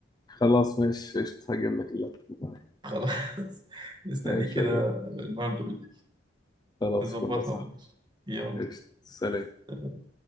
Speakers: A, on the left; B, on the right.
A: خلاص ماشي قشطة هجيب لك اللابتوب معايا.
B: <laughs> خلاص مستنيك
A: ماشي شغال
B: كده النهارده بالليل
A: خلاص
B: نظبطها
A: فل يا صاحبي
B: ماشي يلا
A: قشطة سلام
B: سلام.